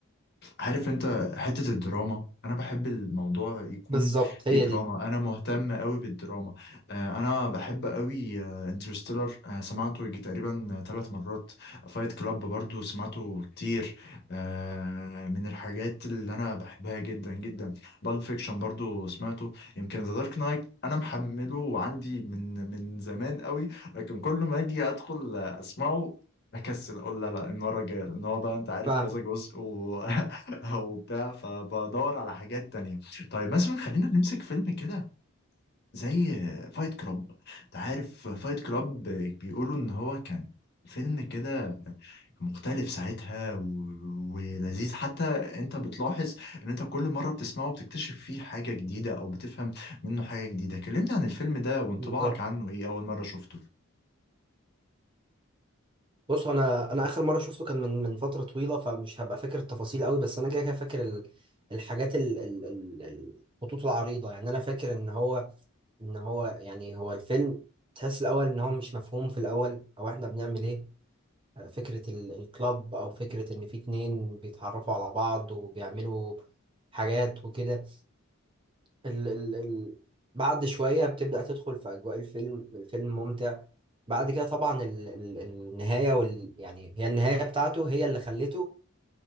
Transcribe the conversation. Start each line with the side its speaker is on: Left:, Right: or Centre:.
Left: عارف انت حتة الدراما انا بحب الموضوع يكون
Right: بالظبط
Left: فيه
Right: هي
Left: دراما
Right: دي
Left: انا مهتم قوي بالدراما آه، انا بحب قوي انترستيلر سمعته يجي تقريبا ثلاث مرات فايت كلاب برضو سمعته كتير آه، من الحاجات اللي انا بحبها جدا جدا بالب فيكشن برضو سمعته يمكن ذا دارك نايت انا محمله وعندي من من زمان قوي لكن كل ما اجي ادخل اسمعه اكسل اقول لا لا المره الجايه لان هو بقى انت عارف
Right: فاهم
Left: كذا جزء و <laughs> او بتاع فبدور على حاجات تانية طيب مثلا خلينا نمسك فيلم كده زي فايت كلاب انت عارف فايت كلاب بيقولوا ان هو كان فيلم كده مختلف ساعتها و- ولذيذ حتى انت بتلاحظ ان انت كل مرة بتسمعه بتكتشف فيه حاجة جديدة او بتفهم منه حاجة جديدة كلمني عن الفيلم ده وانطباعك
Right: بالظبط
Left: عنه ايه اول مرة شفته
Right: بص انا انا اخر مره شفته كان من من فتره طويله فمش هبقى فاكر التفاصيل قوي بس انا كده كده فاكر ال- الحاجات ال- ال- ال- الخطوط العريضه يعني انا فاكر ان هو ان هو يعني هو الفيلم تحس الاول ان هو مش مفهوم في الاول او احنا بنعمل ايه آه، فكره ال- الكلاب او فكره ان في اتنين بيتعرفوا على بعض وبيعملوا حاجات وكده ال ال ال بعد شوية بتبدأ تدخل في أجواء الفيلم الفيلم ممتع بعد كده طبعا ال ال النهاية وال يعني هي النهاية بتاعته هي اللي خلته